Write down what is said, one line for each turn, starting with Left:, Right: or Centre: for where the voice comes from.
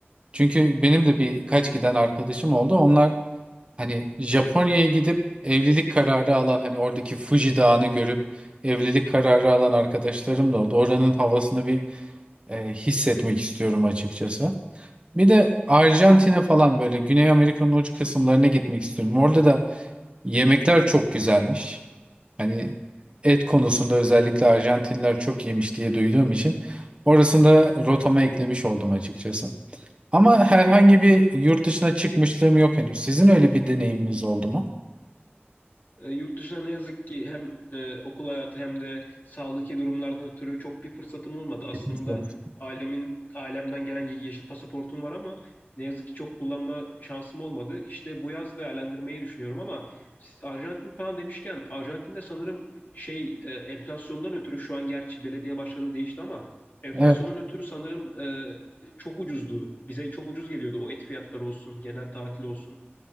Right: Çünkü benim de birkaç giden arkadaşım oldu. Onlar hani Japonya'ya gidip evlilik kararı alan hani oradaki Fuji Dağı'nı görüp evlilik kararı alan arkadaşlarım da oldu. Oranın havasını bir e, hissetmek istiyorum açıkçası. Bir de Arjantin'e falan böyle Güney Amerika'nın uç kısımlarına gitmek istiyorum. Orada da Yemekler çok güzelmiş. Hani et konusunda özellikle Arjantinler çok yemiş diye duyduğum için orasını da rotama eklemiş oldum açıkçası. Ama herhangi bir yurt dışına çıkmışlığım yok henüz. Sizin öyle bir deneyiminiz oldu mu?
Left: E, yurt dışına ne yazık ki hem e, okul hayatı hem de sağlıklı durumlardan ötürü çok bir fırsatım olmadı. Aslında
Right: Geçmiş olsun.
Left: ailemin ailemden gelen ye- yeşil pasaportum var ama ne yazık ki çok kullanma şansım olmadı. İşte bu yaz değerlendirmeyi düşünüyorum ama siz Arjantin falan demişken Arjantin'de sanırım şey e, enflasyondan ötürü şu an gerçi belediye başkanı değişti ama enflasyondan
Right: Evet.
Left: ötürü sanırım e, çok ucuzdu. Bize çok ucuz geliyordu o et fiyatları olsun, genel tatil olsun.